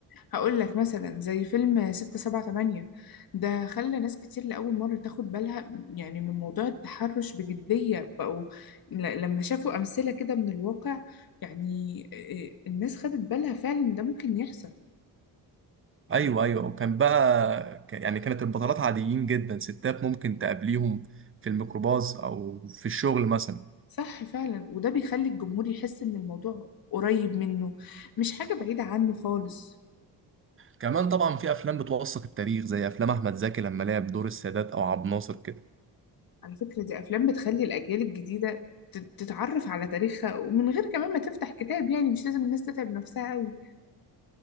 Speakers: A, on the left; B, on the right.
A: هقول لك مثلا زي فيلم ستة سبعة تمانية ده خلى ناس كتير لأول مرة تاخد بالها يعني من موضوع التحرش بجدية بقوا ل- لما شافوا أمثلة كده من الواقع يعني إيه، الناس خدت بالها فعلا ده ممكن يحصل
B: أيوة أيوة وكان بقى ك- يعني كانت البطلات عاديين جدا ستات ممكن تقابليهم في الميكروباص أو في الشغل مثلا
A: صح فعلا وده بيخلي الجمهور يحس إن الموضوع قريب منه مش حاجة بعيدة عنه خالص
B: كمان طبعا في أفلام بتوثق التاريخ زي أفلام أحمد زكي لما لعب دور السادات أو عبد الناصر كده
A: على فكرة دي أفلام بتخلي الأجيال الجديدة تت- تتعرف على تاريخها ومن غير كمان ما تفتح كتاب يعني مش لازم الناس تتعب نفسها أوي